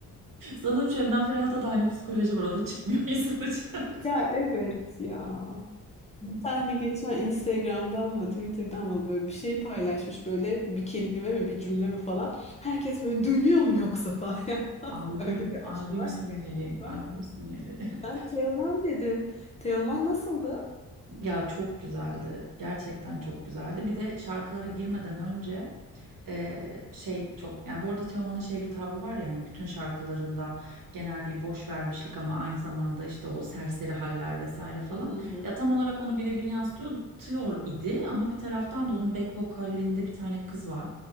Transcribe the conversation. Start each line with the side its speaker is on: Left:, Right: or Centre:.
Right: Sanırım Şebnem Ferah'ta da aynı psikoloji var. O da çıkmıyor <laughs> insan için artık.
Left: Ya evet ya. Bir tane geçen Instagram'dan mı Twitter'dan mı böyle bir şey paylaşmış böyle bir kelime mi bir cümle mi falan. Herkes böyle dönüyor mu yoksa falan. <laughs>
Right: Albüm,
Left: Öyle bir
Right: albüm
Left: şey var
Right: sinyali,
Left: ki. Var
Right: albüm
Left: ki.
Right: sinyali. <laughs>
Left: Sen Teoman dedin. Teoman nasıldı?
Right: Ya çok güzeldi. Gerçekten çok güzeldi. Bir de şarkılara girmeden önce eee, şey çok yani bu arada Teoman'ın şey bir tavrı var ya hani bütün şarkılarında genel bir boş vermişlik ama aynı zamanda işte o serseri haller vesaire falan.
Left: Hı hı hı.
Right: Ya tam olarak onu birebir yansıtıyor tıyor idi ama bir taraftan da onun back vokalinde bir tane kız var.